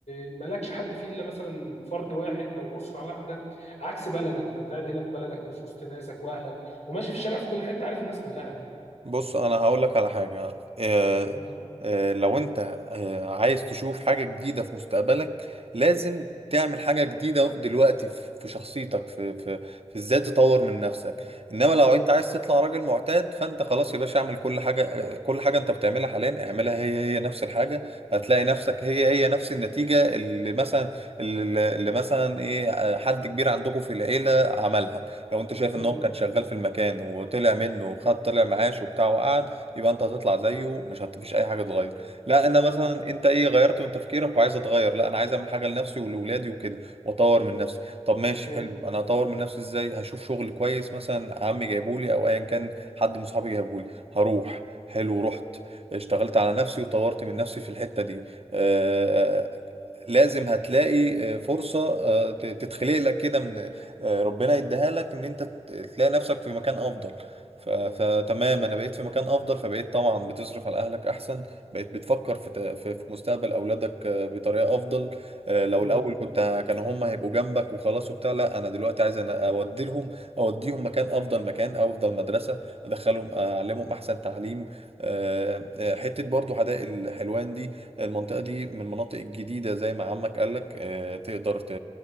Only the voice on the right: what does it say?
بص انا هقول لك على حاجه آه،
آه، لو انت آه، عايز تشوف حاجه جديده في مستقبلك لازم تعمل حاجه جديده دلوقتي في في شخصيتك في في في ازاي تطور من نفسك انما لو
انت عايز تطلع راجل معتاد فانت خلاص يا باشا اعمل كل حاجه آه، كل حاجه انت بتعملها حاليا اعملها هي هي نفس الحاجه هتلاقي نفسك هي هي نفس النتيجه اللي مثلا اللي, اللي مثلا ايه آه، حد كبير عندكم في العيله عملها لو انت شايف
ان هو كان شغال في المكان وطلع منه وخد طلع معاش وبتاع وقعد يبقى انت هتطلع زيه مش هتفيش اي حاجه تغير لا انا مثلا
انت ايه غيرت من تفكيرك وعايز اتغير لا انا عايز اعمل حاجه لنفسي ولاولادي وكده واطور من نفسي طب ماشي
حلو انا هطور من نفسي ازاي هشوف شغل كويس مثلا عمي جايبولي او ايا كان حد من صحابي جايبهولي هروح حلو رحت اشتغلت على نفسي وطورت من نفسي في الحته دي آه، آه، لازم هتلاقي آه، فرصة آه، ت- تتخلق لك كده من آه، ربنا يديها لك ان انت ت- تلاقي نفسك في مكان افضل ف... فتمام انا بقيت في مكان افضل فبقيت طبعا بتصرف على اهلك احسن بقيت بتفكر في ت... في في مستقبل اولادك آه، بطريقه افضل آه، لو
الاول كنت ه- كانوا هم هيبقوا جنبك وخلاص وبتاع لا انا دلوقتي عايز أنا اودي لهم اوديهم مكان افضل مكان افضل مدرسه ادخلهم آه، اعلمهم احسن تعليم آه، آه، حته برضو حدائق الحلوان دي المنطقه دي من المناطق الجديده زي ما عمك قالك آه، تقدر ت...